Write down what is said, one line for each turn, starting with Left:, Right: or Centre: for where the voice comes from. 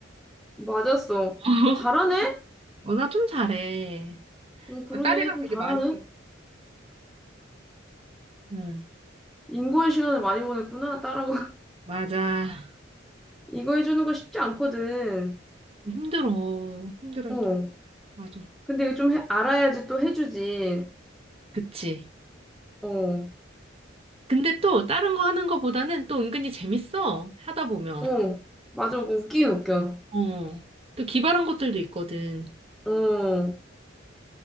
Centre: 맞았어.
Right: <laughs>
Centre: 잘하네?
Right: 어, 나 좀 잘해.
Centre: 응, 그러네.
Right: 아, 딸이랑
Centre: 좀
Right: 되게
Centre: 잘하네.
Right: 많이. 응,
Centre: 인고의 시간을 많이 보냈구나. 따라가.
Right: 맞아.
Centre: 이거 해주는 거 쉽지 않거든.
Right: 힘들어. 힘들어.
Centre: 어.
Right: 힘들어. 맞아.
Centre: 근데 이거 좀 해- 알아야지 또 해주지.
Right: 그치.
Centre: 어.
Right: 근데 또 다른 거 하는 거보다는 또 은근히 재밌어. 하다 보면.
Centre: 어. 맞아. 그거 웃기긴 웃겨.
Right: 어. 또 기발한 것들도 있거든.
Centre: 어.